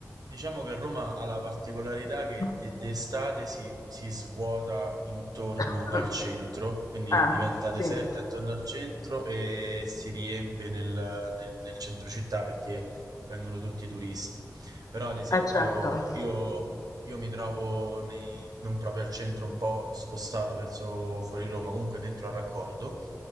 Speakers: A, on the right; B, on the left.
A: Diciamo che Roma ha la particolarità che
B: <coughs>
A: d- d'estate si, si svuota intorno
B: <laughs>
A: al centro, quindi
B: Ah,
A: diventa
B: sì,
A: deserta intorno al centro e si riempie nel, nel- nel centro città perché vengono tutti i turisti. Però, ad esempio,
B: ah, certo.
A: io, io mi trovo nei- non proprio al centro, un po' spostato verso fuori Roma, comunque dentro al raccordo.